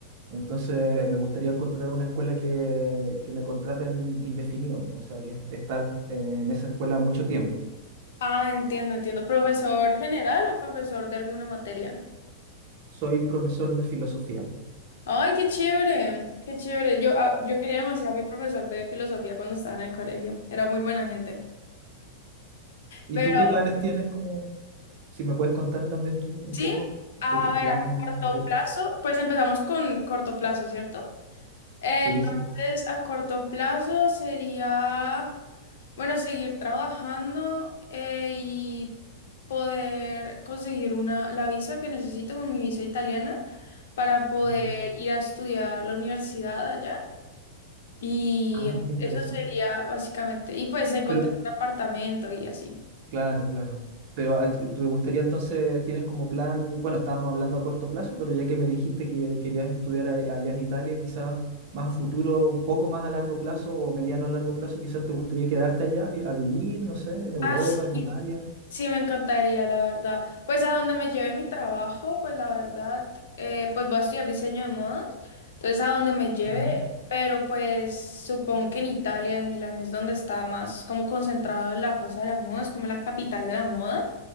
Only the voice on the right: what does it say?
Entonces, me gustaría encontrar una escuela que, que me contraten indefinido, o sea, que estar eh, en esa escuela mucho tiempo.
Soy profesor de filosofía.
¿Y
tú qué planes tienes? Como, si me puedes contar también tú un
poco
de tus
planes,
lo que...
Sí, sí.
Mm.
Ah, qué interesante.
Pero,
claro, claro. Pero a ti- te gustaría entonces, tienes como plan, bueno, estábamos hablando a corto plazo, pero ya que me dijiste que querías estudiar a- allá en Italia, quizás más a futuro, un poco más a largo plazo o mediano a largo plazo, quizás te gustaría quedarte allá a, vi- a vivir, no sé, en Europa,
en Italia.
Mm.